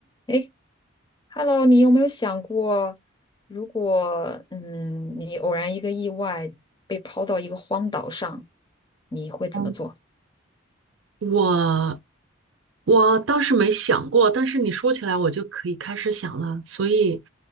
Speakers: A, on the left (about 20°); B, on the right (about 70°).
A: 诶 h e l l o 你有没有想过，如果嗯，你偶然一个意外被抛到一个荒岛上，你会怎么做？
B: 嗯，我我倒是没想过，但是你说起来，我就可以开始想了。所以，